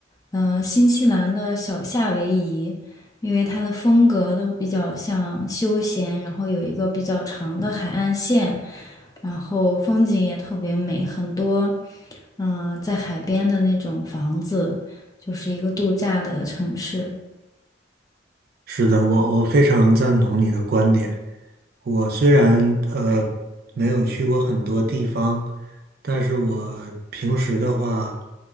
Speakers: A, on the left; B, on the right.
A: 嗯、新西兰的小夏威夷，因为它的风格都比较像休闲，然后有一个比较长的海岸线，然后风景也特别美，很多，嗯、在海边的那种房子，就是一个度假的城市。
B: 是的，我我非常赞同你的观点。我虽然呃没有去过很多地方，但是我平时的话，